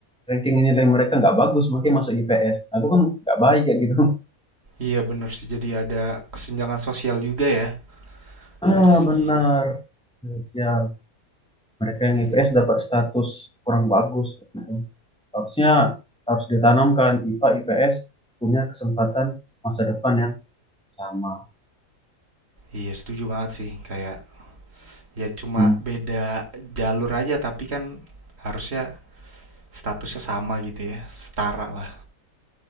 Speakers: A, in the centre; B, on the right (about 40°).
A: ranking nilai mereka nggak bagus, makanya masuk IPS. Nah, itu kan nggak baik kayak gitu.
B: Iya bener sih, jadi ada kesenjangan sosial juga ya
A: Ah,
B: dari segi
A: benar. Ya, Sial. Mereka yang
B: i-
A: IPS dapat status kurang bagus gitu. Harusnya harus ditanamkan IPA IPS punya kesempatan masa depan yang sama.
B: iya setuju banget sih kayak ya cuma
A: Hmm,
B: beda jalur aja tapi kan harusnya statusnya sama gitu ya setara lah.